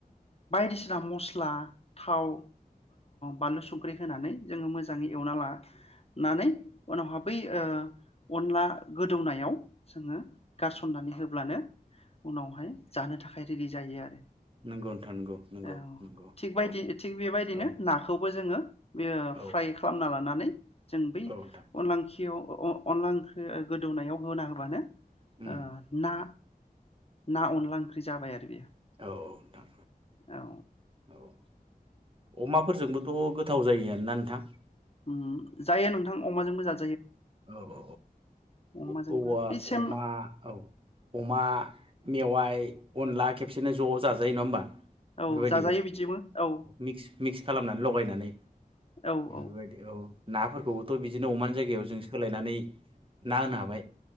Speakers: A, on the left; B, on the right.
A: बायदिसिना मस्ला, थाव, बानलु, संख्रि होनानै जोङो मोजाङै एवना लानानै उनावहा बै ओअनला गोदौनायाव जोङो गारसननानै होब्लानो उनावहाय जानो थाखाय रेडि जायो आरो।
B: नंगौ नोंथां नंगौ नंगौ
A: औ
B: नंगौ
A: थिग बादि
B: औ
A: थिग बेबायदिनो
B: औ
A: नाखौबो जोङो
B: औ
A: फ्राय खालामना लानानै जों बै
B: नोंथां
A: अनलांखियाव अ अनला ओंख्रिगोदौनायाव होना होबानो
B: उम
A: ओ ना ना अनला ओंख्रि जाबाय आरो बेयो।
B: औ औ नोंथां
A: औ
B: औ अमाफोरजोंबोथ' गोथाव जायोओना नोंथां?
A: ओ जायो नोंथां अमाजोंबो जा
B: औ औ
A: अमाजोंबो
B: औ औवा
A: बे सेम
B: अमा औ अमा मेवाय, ओम अनला खेबसेनो ज' जाजायो नङा होमबा?
A: औ
B: बेफोरबायदिबो
A: जाजायो बिदिबो औ।
B: मिक्स मिक्स खालामनानै लगायनानै
A: औ
B: बेफोरबायदि
A: औ
B: औ नाफोरखौबोथ' बिदिनो अमानि जायगायाव जों होलायनानै ना होनो हाबाय।